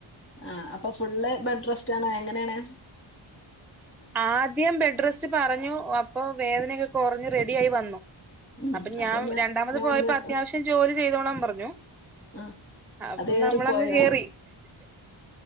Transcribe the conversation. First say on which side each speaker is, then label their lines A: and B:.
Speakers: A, on the left; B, in the centre.
A: ആ അപ്പൊ ഫുള്ള് ബെഡ് റെസ്റ്റ് ആണോ? എങ്ങനെയാണ്?
B: ആദ്യം ബെഡ് റെസ്റ്റ് പറഞ്ഞു. അപ്പൊ വേദനയൊക്കെ കൊറഞ്ഞു. റെഡിയായി വന്നു.
A: ഉം
B: അപ്പ ഞാൻ
A: അപ്പൊ
B: രണ്ടാമത്
A: ഞാൻ
B: പോയപ്പോ
A: ഒന്ന്
B: അത്യാവശ്യം ജോലി ചെയ്തോളാൻ പറഞ്ഞു.
A: ആഹ്
B: അപ്പൊ
A: അത് ഏറിപ്പോയോ
B: നമ്മളങ്ങ് കേറി.